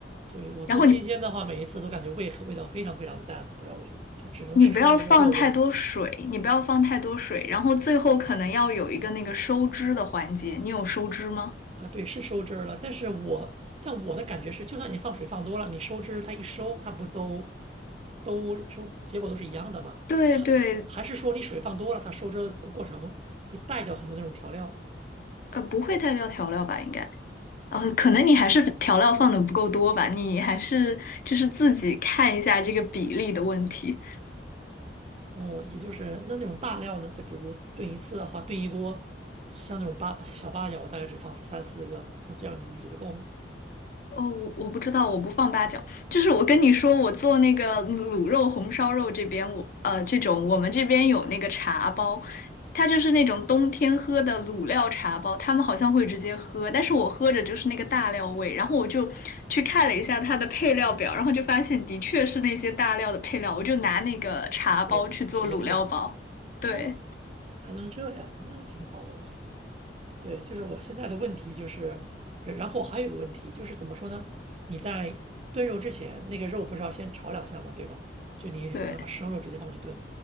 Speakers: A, on the right; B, on the left.
A: 对，我做新鲜的话，
B: 然后你
A: 每一次都感觉味味道非常非常淡，不知道为什么，就只能吃出那个肉肉味儿
B: 你不要放太多水，你不要放太多水，然后最后可能要有一个那个收汁的环节。你有收汁吗？
A: 啊。对，是收汁儿了，但是我但我的感觉是，就算你放水放多了，你收汁它一收，它不都都收结果都是一样的吗？
B: 对对，
A: 还还是说你水放多了，它收汁儿的过过程会带掉很多那种调料？
B: 呃，不会太掉调料吧？应该，呃，可能你还是调料放的不够多吧，你还是就是自己看一下这个比例的问题。
A: 哦、也就是那那种大料呢，就比如炖一次的话，炖一锅，像那种八小八角，我大概只放三四个，像这样你你觉得够吗？
B: 哦，我我不知道，我不放八角。就是我跟你说，我做那个卤肉、红烧肉这边，我呃这种我们这边有那个茶包，它就是那种冬天喝的卤料茶包，他们好像会直接喝，但是我喝着就是那个大料味。然后我就去看了一下它的配料表，然后就发现的确是那些大料的配料，我就拿那个茶包去做卤料包。
A: 直接直接炖。
B: 对
A: 哦，还能这样，那挺好的，我觉得。对，就是我现在的问题就是，然然后还有一个问题就是怎么说呢？你在炖肉之前，那个肉不是要先炒两下吗？对吧？就你不可能把生肉直接放去炖。
B: 对，